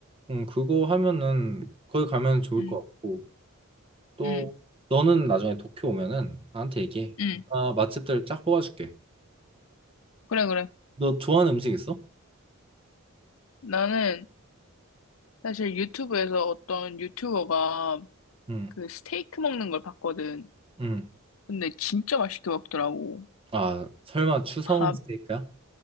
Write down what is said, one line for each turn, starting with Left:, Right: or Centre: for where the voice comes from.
Right: 음 그거 하면은 거기 가면 좋을
Left: 응,
Right: 것 같고 또
Left: 응,
Right: 너는 나중에 도쿄 오면은 나한테 얘기해.
Left: 응.
Right: 나 맛집들 쫙 뽑아줄게.
Left: 그래, 그래.
Right: 너 좋아하는 음식 있어?
Left: 나는 사실 유튜브에서 어떤 유튜버가
Right: 응,
Left: 그 스테이크 먹는 걸 봤거든.
Right: 응.
Left: 근데 진짜 맛있게 먹더라고.
Right: 아 설마 추성
Left: 밥,
Right: 스테이크야?